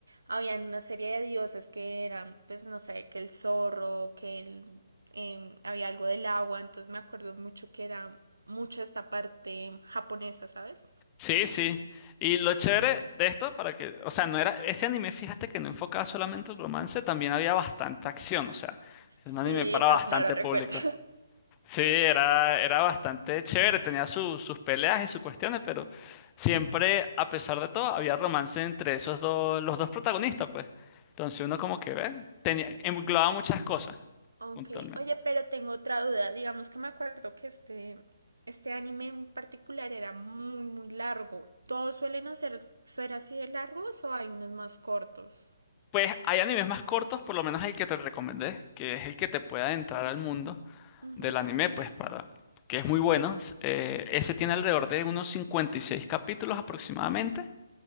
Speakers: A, on the right; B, on the left.
A: habían una serie de dioses que eran, pues no sé, que el zorro, que el, em, había algo del agua, entonces me acuerdo mucho que era mucho esta parte japonesa, ¿sabes?
B: sí, sí. Y lo chévere de esto, para que, o sea, no era, ese anime, fíjate que no enfocaba solamente el romance, también había bastante acción, o sea,
A: Sí,
B: era un anime para bastante
A: oh, no lo recuerdo.
B: público. Sí, era, era bastante chévere, tenía su- sus peleas y sus cuestiones, pero siempre, a pesar de todo, había romance entre esos dos, los dos protagonistas, pues. Entonces uno como que ve, tenía, englobaba muchas cosas,
A: Ok,
B: puntualmente.
A: oye, pero tengo otra duda. Digamos que me acuerdo que este, este anime en particular era muy, muy largo. ¿Todos suelen hacer, ser así de largos o hay unos más cortos?
B: Pues hay animes más cortos, por lo menos el que te recomendé, que es el que te pueda entrar al mundo.
A: Ujú,
B: del anime, pues para que es muy bueno. Eh, ese tiene alrededor de unos 56 capítulos aproximadamente.